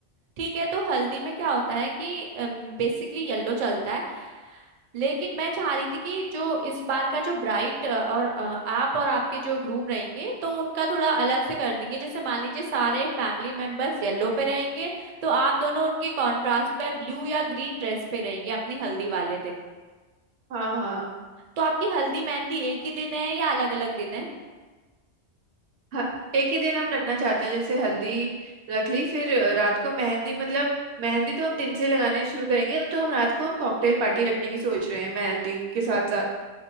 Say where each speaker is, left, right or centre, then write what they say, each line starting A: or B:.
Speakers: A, on the right (about 60°); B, on the right (about 75°).
A: ठीक है तो हल्दी में क्या होता है कि बेसिकली येलो चलता है लेकिन मैं चाह रही थी कि जो इस बार का जो ब्राइट और अ, आप और आपके जो ग्रूम रहेंगे तो उनका थोड़ा अलग से कर देंगे जैसे मान लीजिए सारे फैमिली मेंबर्स येलो पे रहेंगे तो आप दोनों उनके कॉन्ट्रास्ट में ब्लू या ग्रीन ड्रेस पे रहेंगे अपनी हल्दी वाले दिन
B: हाँ हाँ
A: तो आपकी हल्दी मेहंदी एक ही दिन है या अलग अलग दिन है
B: हाँ, एक ही दिन हम रखना चाहते हैं जैसे हल्दी रख ली फिर रात को मेहंदी मतलब मेहंदी तो हम दिन से ही लगाने शुरू करेंगे तो हम रात को हम कॉकटेल पार्टी रखने की सोच रहे हैं मेहंदी के साथ साथ